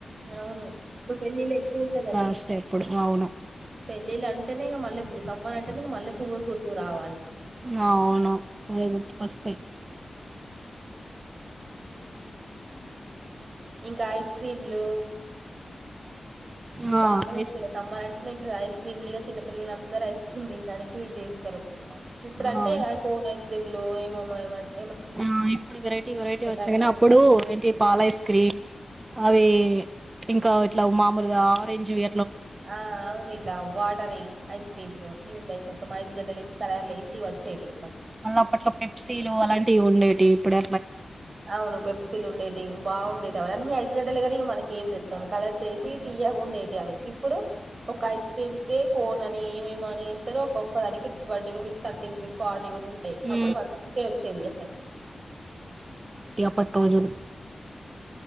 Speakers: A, on the right; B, on the right.
A: అవును ఇప్పుడు పెళ్ళిళ్ళు ఎక్కువ ఉంటాయ్ గదా
B: వస్తాయి ఇప్పుడు అవును
A: పెళ్ళిళ్ళు అంటేనే ఇక మల్లె పూలు స్. సమ్మర్ అంటేనే ఇగ మల్లె పువ్వు గుర్తుకు రావాలి.
B: ఆ అవును అవే గుర్తుకొస్తాయ్.
A: ఇంకా ఐస్ క్రీమ్లు
B: ఆ
A: బాగా వస్తాయ్
B: ఐస్
A: గ సమ్మర్ అంటేనే ఇట్ల ఐస్ క్రీమ్ల్ఇగ. చిన్నపిల్లలందరు ఐస్ క్రీమ్ తినడానికి జేస్తరు. ఇప్పుడు అంటే
B: ఆ
A: అ కోన్ ఐస్ క్రీమ్ లోఎమోమైమట్
B: హ్మ్ ఇప్పుడు వెరైటీ వెరైటీ వచ్చినాయ్
A: అని
B: కానీ అప్పుడు ఏంటి పాల ఇస్. క్రీమ్ అవి ఇంకా ఇట్ల మాములుగా ఆరెంజ్ వి
A: ఆ అవును ఇట్లా వాటరీ ఐస్ క్రీమ్ లో నీళ్ళు అయిపోనక మై. గడ్డలేేసి కలర్లేసి వచ్చేటి.
B: మళ్ళ అప్పట్లో పెప్సీలు అలాంటివి ఉండేటివి. ఇప్పుడా
A: అవును పెప్సిల్ ఉండేటిఇ బావుండే. తెవలన్నీ ఐస్ గడ్డలె గాని ఇగ మన ఏం దెల్సు అవునా. కలర్స్ ఎసి
B: ఉ
A: తియ్యగుండేటివి అవి ఇప్పుడు ఒక్క ఐస్ క్రీమ్. గి కోన్ అని మీమొ అని ఇస్తరు ఒక్కొక్క దానికి ట్వంటీ రూపీస్ థర్టీ రూపీస్ ఫా. డిగుడుంటాయ్
B: ఉ
A: అప్పుడు వన్ రూపీకె వచ్చేవి అస్సలు.
B: పట్రోజులు.